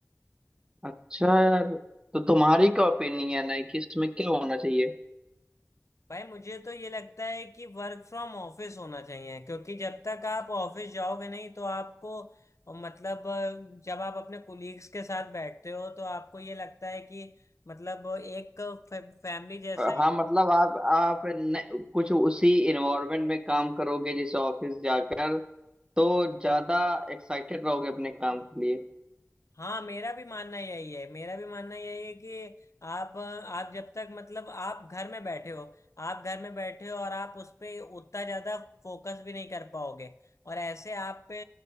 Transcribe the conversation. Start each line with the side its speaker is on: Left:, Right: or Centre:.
Right: अच्छा यार तो तुम्हारी क्या ओपिनियन है कि इसमें क्या होना चाहिए
Left: भाई मुझे तो ये लगता है कि वर्क फ्रॉम ऑफिस होना चाहिए क्योंकि जब तक आप ऑफिस जाओगे नहीं तो आपको अ, मतलब अ, जब आप अपने कुलीग्स के साथ बैठते हो तो आपको ये लगता है कि मतलब एक फैमिली जैसा
Right: अ,
Left: ही
Right: हाँ मतलब आप आप न, कुछ उसी इन्वायरमेंट में काम करोगे जैसे ऑफिस जाकर तो ज्यादा एक्साइटेड रहोगे अपने काम के लिए
Left: हाँ मेरा भी मानना यही है मेरा भी मानना यही है कि आप आप जब तक मतलब आप घर में बैठे हो आप घर में बैठे हो और आप उस पे उतना ज्यादा फोकस भी नहीं कर पाओगे और ऐसे आप पे